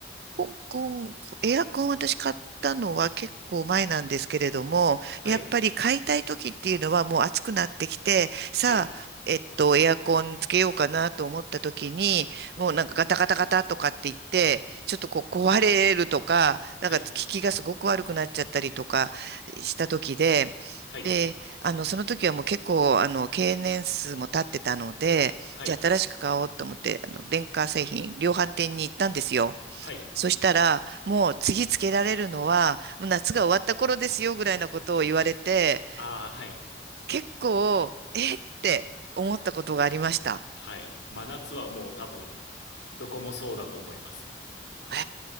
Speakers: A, on the right; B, on the left.
A: コンコン、エアコン私買ったのは結構前なんですけれども、
B: はい。
A: やっぱり買いたい時っていうのはもう暑くなってきて、さあ、
B: はい。
A: えっと、エアコンつけようかなと思った時に、もうなんかガタガタガタとかって言って、ちょっとこう壊れるとか、なんか効きがすごく悪くなっちゃったりとかした時で、
B: はい。はい。
A: で、あの、その時はもう結構、あの、経年数も経ってたので、
B: はい。
A: じゃあ新しく買おうと思って、あの、電化製品、量販店に行ったんですよ。
B: はい。
A: そしたら、もう次つけられるのは、もう夏が終わった頃ですよぐらいのことを言われて、
B: ああ、はい。
A: 結構、えって思ったことがありました。
B: はい。真夏はもう多分、どこもそうだと思います。
A: あ